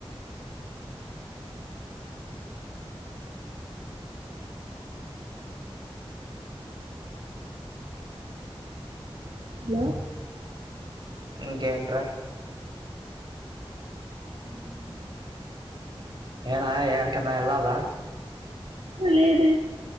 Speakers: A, on the right; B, on the right.
A: హలో
B: ఇంకేంట్రా
A: హ్మ్
B: ఏరా ఏడ్కన్నా ఎలలా
A: హలో లేదే